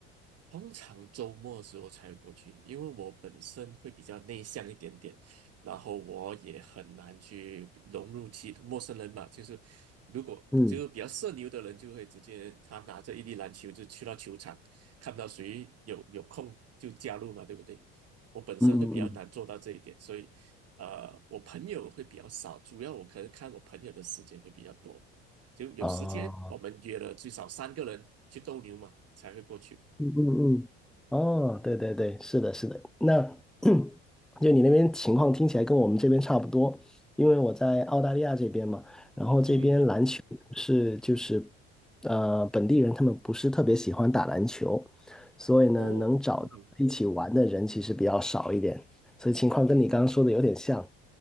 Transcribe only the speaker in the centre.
嗯
嗯嗯嗯。
哦。
嗯嗯嗯，哦，对对对，是的，是的。那 <clears throat> 就你那边情况听起来跟我们这边差不多，因为我在澳大利亚这边嘛，然后这边篮球不是就是
呃本地人他们不是特别喜欢打篮球，所以呢能找到一起玩的人其实比较少一点，
所以情况跟你刚刚说的有点像。